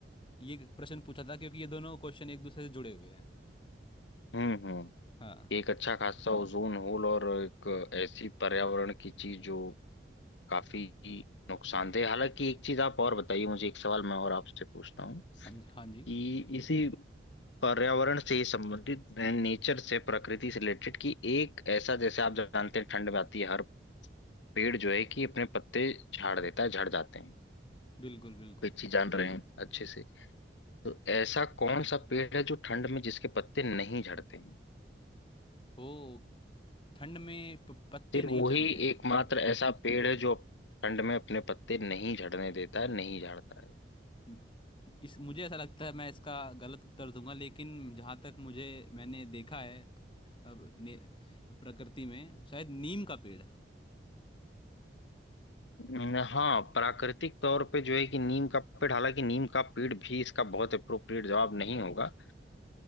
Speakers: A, on the left; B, on the left.
A: ये प्रश्न पूछा था क्योंकि ये दोनों क्वेश्चन एक दूसरे से जुड़े हुए हैं
B: हम्म हम्म
A: हाँ
B: एक अच्छा खासा ओजोन होल और एक ऐसी पर्यावरण की चीज जो काफी नुकसानदेह हालांकि एक चीज आप और बताइए मुझे एक सवाल मैं और आपसे पूछता हूँ
A: हाँ जी हाँ
B: कि
A: जी
B: इसी पर्यावरण से ही संबंधित नेचर से प्रकृति से रिलेटेड की एक ऐसा जैसे आप जानते हैं ठंड में आती है हर पेड़ जो है कि अपने पत्ते झाड़ देता है झड़ जाते हैं
A: बिल्कुल बिल्कुल
B: कोई चीज जान रहे हैं अच्छे से तो ऐसा कौन सा पेड़ है जो ठंड में जिसके पत्ते नहीं झड़ते हैं
A: ओ ठंड में प- पत्ते
B: सिर्फ
A: नहीं
B: वही
A: झड़ते
B: एकमात्र ऐसा पेड़ है जो ठंड में अपने पत्ते नहीं झड़ने देता है नहीं झाड़ता है
A: म- इस मुझे ऐसा लगता है मैं इसका गलत उत्तर दूंगा लेकिन जहाँ तक मुझे मैंने देखा है अब ने, प्रकृति में शायद नीम का पेड़
B: न- हाँ प्राकृतिक तौर पे जो है कि नीम का पेड़ हालांकि नीम का पेड़ भी इसका बहुत अप्रोप्रिएट जवाब नहीं होगा